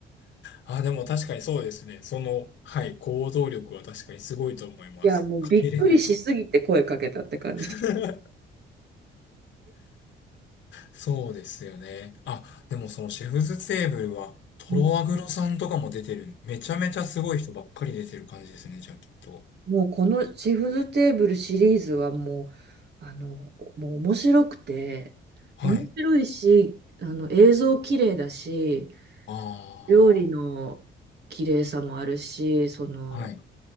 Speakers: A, on the left; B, on the right.
A: あ、でも確かにそうですね。その、はい、行動力は確かにすごいと思います。
B: いや、もうびっくりしすぎて声かけたって感じ。
A: かけれないかも。<laughs> そうですよね。あ、でもそのシェフズテーブルは、トロワグロさんとかも出てる。
B: うん
A: めちゃめちゃすごい人ばっかり出てる感じですね、じゃあきっと。
B: もうこのシェフズテーブルシリーズはもう、あの、もう面白くて、
A: はい。
B: 面白いし、あの、映像綺麗だし、
A: あ
B: 料理の綺麗さもあるし、その、
A: あ、はい、